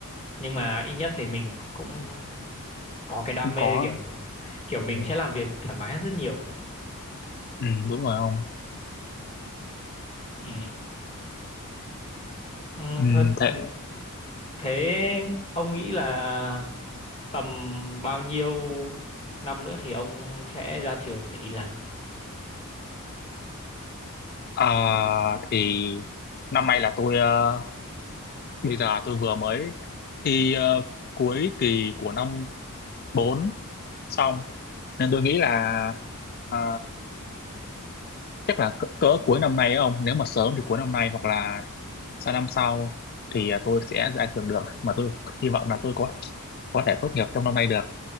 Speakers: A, on the left; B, on the left.
A: nhưng mà ít nhất thì mình cũng có cái đam
B: không
A: mê
B: có
A: kiểu kiểu mình
B: ừ,
A: sẽ làm việc thoải mái hơn rất nhiều người ta.
B: ừ, đúng rồi ông
A: ừ. Ừ,
B: ừ,
A: thôi ừ,
B: thế
A: thế ông nghĩ là tầm bao nhiêu năm nữa thì ông sẽ ra trường để đi làm
B: À, thì năm nay là tôi ờ, bây giờ tôi vừa mới thi ờ, cuối kỳ của năm 4 xong nên tôi nghĩ là ờ, chắc là cỡ, cỡ cuối năm nay ấy ông nếu mà sớm thì cuối năm nay hoặc là sang năm sau thì ờ, tôi sẽ ra trường được mà tôi hy vọng là tôi có có thể tốt nghiệp trong năm nay được